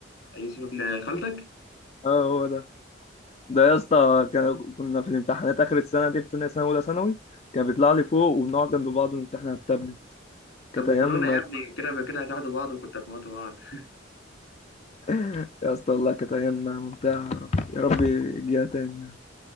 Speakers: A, on the left (about 70°); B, on the left (about 35°).
A: يوسف ابن خالتك
B: اه هو ده ده يا اسطى كان- كنا في الامتحانات اخر السنه دي في تانية سنه اولى ثانوي كان بيطلع لي فوق وبنقعد جنب بعض ونمتحن على التابلت
A: طب
B: كانت
A: والكورونا
B: ايام
A: يا ابني كده كده هتقعدوا بعض وكنت هتموتوا بعض
B: <laughs> يا اسطى والله كانت ايام ممتعه يا رب يجيها تاني يعني.